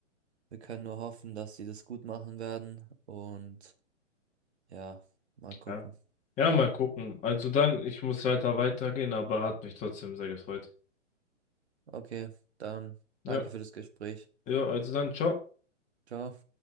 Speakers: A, on the right; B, on the left.
A: Wir können nur hoffen, dass sie das gut machen werden. Und ja, mal gucken.
B: ja. Ja, mal gucken. Also dann, ich muss leider weitergehen, aber hat mich trotzdem sehr gefreut.
A: Okay, dann
B: Ja.
A: danke für das Gespräch.
B: Yo, also dann çok
A: Ciao.